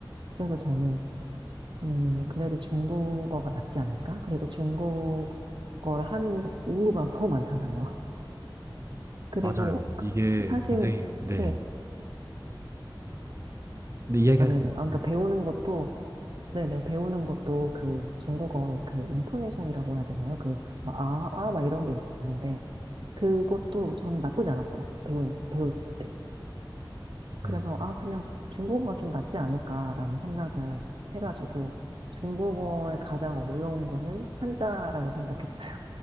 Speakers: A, on the right; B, on the right.
A: 그래서 저는 음, 그래도 중국어가 낫지 않을까? 그리고 중국어를 하는 인구가 더 많잖아요. <laughs> 그리고
B: 맞아요. 이게
A: 그 사실
B: 굉장히, 네.
A: 네,
B: 네, 이야기하세요.
A: 아, 네네. 아, 그러니까
B: 네.
A: 배우는 것도 네네 배우는 것도 그 중국어의 그 인토네이션이라고 해야 되나요? 그 막, 아, 아, 막 이런 게 있는데 그것도 저는 나쁘지 않았어요. 배우는 배울 때. 그래서
B: 음.
A: 아 그냥 중국어가 좀 낫지 않을까라는 생각을 해가지고 중국어의 가장 어려운 거는 한자라고 생각했어요.